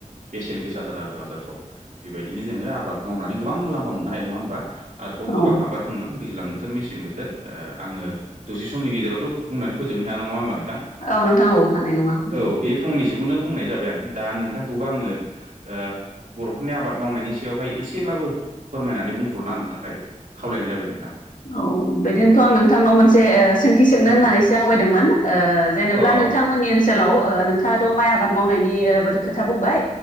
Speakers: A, on the right (about 80°); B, on the left (about 80°).
A: बेसेन गोसाथारा आरो बाजा फ्राव बेबायदिनो जोङो आबाद मावनानै गोबां मुलाम्फा मोननो हायो नङा होमबा आरोबाव
B: औ
A: गोबां आबाद दंमोन दैज्लां बोथोर मेसें बोथोर ओ आङो दसे समनि गेजेरावथ' बुंनानै फोजोबनो हाया नङा होमबा नों थां
B: औ नोंथां औ हानाय नङा उम
A: ओ औ बे फंनैसोखौनो बुंनाय जाबाय आं दा नोंथांखौबो आङो ओ बर'फोरनि आबाद मावनायनि सायावहाय एस सेब्लाबो फोरमायनानै बुंथ'ना होनो थाखाय खावलायनाय जाबाय नोंथां।
B: औ बेदिनोथ' आं नोंथांनाव मोनसे ओ सोंथि सोंनो
A: औ
B: होननानैसो आवगायदोंमोन ओ ओ जेनेब्ला
A: अ
B: नोंथांमोननि ओनसोलाव ओ नोंथाङाथ' माइ आबाद मावनायनि ओ बोथो खोथा बुंबाय।